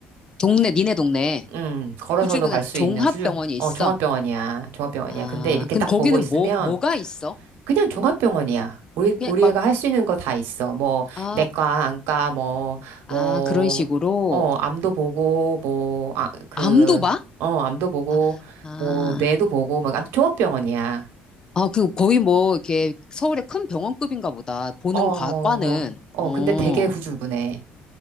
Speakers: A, on the left (about 20°); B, on the right (about 85°).
A: 동네, 니네 동네.
B: 음, 걸어서도
A: 후출구나
B: 갈 수
A: 종합병원이
B: 있는 후줄,
A: 있어.
B: 어, 종합병원이야. 종합병원이야.
A: 아,
B: 근데 이렇게
A: 근데
B: 딱
A: 거기는
B: 보고 있으면
A: 뭐, 뭐가 있어?
B: 그냥 종합병원이야. 우리,
A: 그냥
B: 우리가
A: 막,
B: 할 수 있는 거 다 있어. 뭐,
A: 아,
B: 내과, 안과, 뭐,
A: 아,
B: 뭐,
A: 그런 식으로.
B: 어, 암도 보고, 뭐, 아, 그,
A: 암도 봐?
B: 어, 암도 보고,
A: 아, 아,
B: 뭐, 뇌도 보고, 막, 아무튼 종합병원이야.
A: 아, 그 거의 뭐, 이렇게 서울의 큰 병원급인가 보다. 보는
B: 어, 어,
A: 과, 과는.
B: 어, 어,
A: 어,
B: 근데 되게 후줄근해.